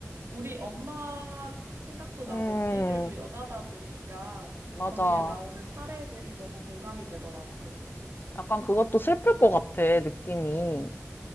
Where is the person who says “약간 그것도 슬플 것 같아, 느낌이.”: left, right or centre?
Left